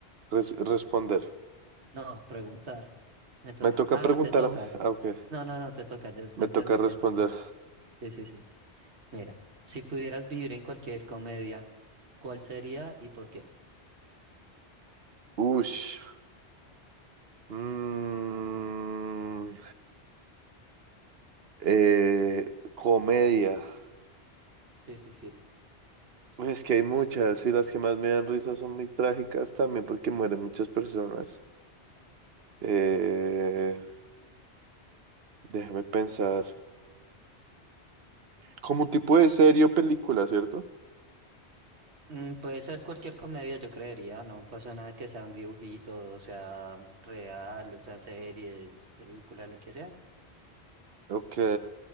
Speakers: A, on the right; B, on the right.
A: res- responder.
B: No, preguntar. Me toca.
A: Me toca
B: Ah,
A: preguntarme.
B: te toca.
A: Ah, ok.
B: No, no, no, te toca. Yo te
A: Me
B: entendí,
A: toca responder.
B: te toca. Sí, sí, sí. Mira, si pudieras vivir en cualquier comedia, ¿cuál sería y por qué?
A: Ush. Mm, eh, comedia.
B: Sí, sí, sí.
A: Uy, es que hay muchas y las que más me dan risa son muy trágicas también porque mueren muchas personas. Eh, déjame pensar. Como un tipo de serie o película, ¿cierto?
B: Mm, puede ser cualquier comedia, yo creería. No pasa nada que sea un dibujito, o sea real, o sea series, películas, lo que sea.
A: Ok.